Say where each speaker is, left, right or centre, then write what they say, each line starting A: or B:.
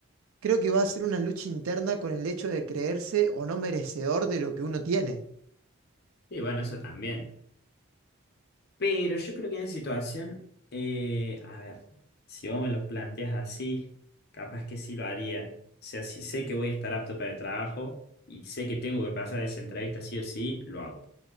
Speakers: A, on the right; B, on the left.
A: creo que va a ser una lucha interna con el hecho de creerse o no merecedor de lo que uno tiene.
B: Y bueno, eso también. Pero yo creo que en esa situación, eh, a ver, si vos me lo planteas así, capaz que sí lo haría. O sea, si sé que voy a estar apto para el trabajo y sé que tengo que pasar esa entrevista sí o sí, lo hago.